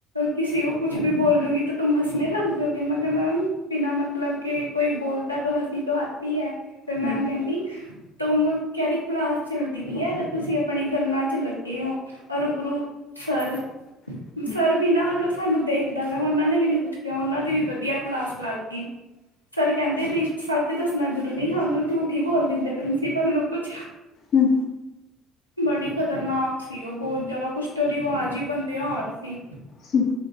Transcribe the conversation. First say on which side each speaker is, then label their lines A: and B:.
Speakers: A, on the left; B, on the left.
A: ਕਿਸੀ ਕੋ ਕੁੱਛ ਵੀ ਬੋਲ ਦੋਗੀ ਤੋ ਤੁਮ ਹੱਸਨੇ ਲਗ ਜਾਉਗੇ ਮੈਂ ਕਿਹਾ ਮੈਮ ਬਿਨਾਂ ਮਤਲਬ ਕੇ ਕੋਈ ਬੋਲਤਾ ਤਾਂ ਹੱਸੀ ਤੋਂ ਆਤੀ ਹੈ। ਤੇ ਮੈਮ
B: ਹਮ
A: ਕਹਿੰਦੀ ਤੁਮ ਕਿਹੜੀ ਕਲਾਸ ਚੱਲਦੀ ਪਈ ਹੈ ਤੇ ਤੁਸੀਂ ਆਪਣੇ ਗੱਲਾਂ ਚ ਲੱਗੇ ਹੋ ਔਰ ਉਪਰੋਂ ਸਰ-
B: <inaudible>
A: ਸਰ ਵੀ ਨਾ ਮਤਲਬ ਸਾਨੂੰ ਦੇਖਦਾ ਨਾ ਉਹਨਾਂ ਨੇ ਵੀ ਨੀ ਕੁੱਛ ਕਿਹਾ ਉਹਨਾਂ ਦੀ ਵੀ ਵਧੀਆ ਕਲਾਸ ਲੱਗ ਗਈ। ਸਰ ਕਹਿੰਦੇ ਵੀ ਸੱਚ ਦੱਸਣਾ ਜ਼ਰੂਰੀ ਉਹਨੂੰ ਝੂਠ ਈ ਬੋਲ ਦਿੰਦੇ ਪ੍ਰਿੰਸੀਪਲ ਨੂੰ ਕੁੱਛ
B: ਹੂੰ।
A: ਬੜੀ ਖ਼ਤਰਨਾਕ ਸੀ ਉਹ ਬੋਤ ਜ਼ਿਆਦਾ ਕੁਛ ਤਾਂ ਓਦੀ ਆਵਾਜ਼ ਹੀ ਬੰਦੇ ਹਾਰ ਸੀ।
B: ਸਕ